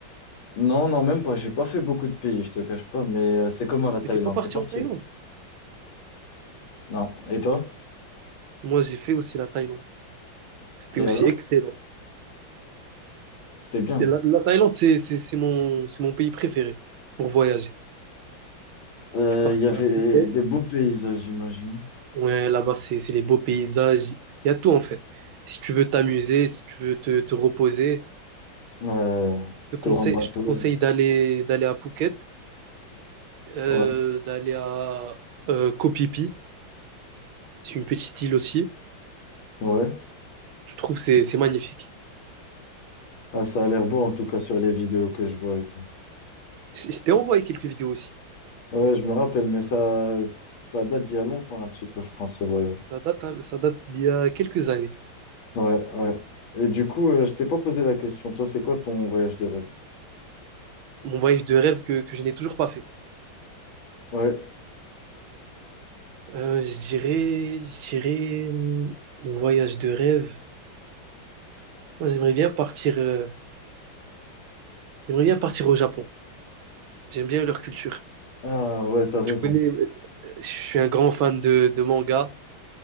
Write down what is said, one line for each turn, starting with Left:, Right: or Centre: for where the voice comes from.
Left: Non, non, même pas. J'ai pas fait beaucoup de pays, je te cache pas. Mais euh, c'est comment la Thaïlande?
Right: Mais t'es pas parti
Left: T'es parti?
Right: en Thaïlande.
Left: Non. Et toi?
Right: Moi, j'ai fait aussi la Thaïlande. C'était
Left: Et
Right: aussi
Left: alors?
Right: excellent.
Left: C'était bien.
Right: C'était la, la Thaïlande, c'est, c'est, c'est mon, c'est mon pays préféré pour voyager.
Left: Euh,
Right: Je suis parti
Left: Il y avait
Right: à Phuket.
Left: des beaux paysages, j'imagine.
Right: Ouais, là-bas, c'est, c'est les beaux paysages. Il y a tout en fait. Si tu veux t'amuser, si tu veux te, te reposer,
Left: Euh,
Right: je te
Left: tour
Right: conseille,
Left: en bateau.
Right: je te conseille d'aller, d'aller à Phuket. euh,
Left: Ouais,
Right: d'aller à euh, Kopipi, c'est une petite île aussi.
Left: ouais.
Right: Je trouve que c'est c'est magnifique.
Left: Ah, ça a l'air beau, en tout cas, sur les vidéos que je vois et tout.
Right: C- Je t'ai envoyé quelques vidéos aussi.
Left: Ouais, je me rappelle, mais ça, ça date d'il y a longtemps, un petit peu, je pense, ce voyage.
Right: Ça date, hein, ça date d'il y a quelques années.
Left: Ouais, ouais. Et du coup, euh, je t'ai pas posé la question. Toi, c'est quoi ton voyage de rêve?
Right: Mon voyage de rêve que, que je n'ai toujours pas fait.
Left: Ouais.
Right: Euh, je dirais, je dirais, hum, mon voyage de rêve. Moi, j'aimerais bien partir, euh, j'aimerais bien partir au Japon. J'aime bien leur culture.
Left: Ah, ouais, t'as raison.
Right: Tu connais, euh, je suis un grand fan de, de manga.